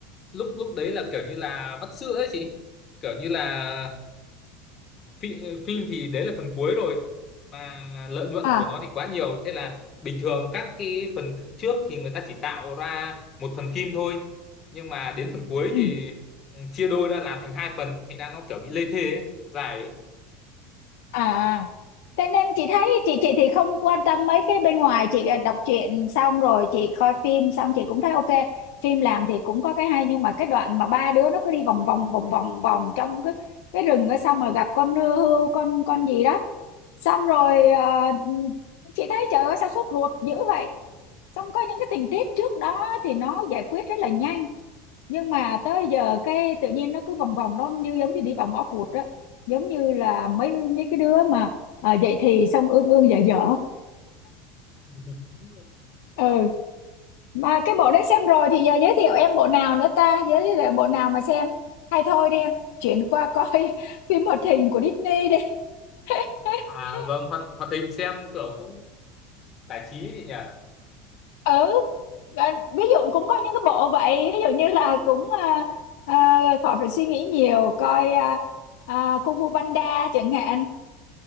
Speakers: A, on the left; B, on the left.
A: lúc lúc đấy là kiểu như là vắt sữa ấy chị kiểu như là phim, phim thì đấy là phần cuối rồi mà lợi nhuận
B: à
A: của nó thì quá nhiều thế là bình thường các cái phần trước thì người ta chỉ tạo ra một phần phim thôi nhưng mà đến phần cuối
B: ừ
A: thì ừ, chia đôi ra làm thành hai phần thành ra nó kiểu bị lê thê ấy, dài ấy.
B: à à. thế nên chị thấy chị chị thì không quan tâm mấy cái bên ngoài chị à, đọc truyện xong rồi chị coi phim xong chị cũng thấy ok phim làm thì cũng có cái hay nhưng mà cái đoạn mà ba đứa nó cứ đi vòng vòng vòng vòng vòng trong cái cái rừng đó, xong rồi gặp con hươu con con gì đó xong rồi à, chị thấy trời ơi sao sốt ruột dữ vậy xong có những cái tình tiết trước đó thì nó giải quyết rất là nhanh nhưng mà tới giờ cái tự nhiên nó cứ vòng vòng nó như giống như đi vào ngõ cụt á giống như là mấy mấy cái đứa mà à, dậy thì xong ương ương dở dở
A: <laughs>
B: ừ mà cái bộ đấy xem rồi thì giờ giới thiệu em bộ nào nữa ta giới thiệu bộ nào mà xem hay thôi đi em chuyển qua coi <laughs> phim hoạt hình của Disney đi <laughs>
A: à vâng hoạt hoạt hình xem kiểu cũng giải trí ấy chị nhỉ
B: ừ và ví dụ cũng có những cái bộ vậy ví dụ như là cũng à, à, khỏi phải suy nghĩ nhiều coi à, à, Kung Fu Panda chẳng hạn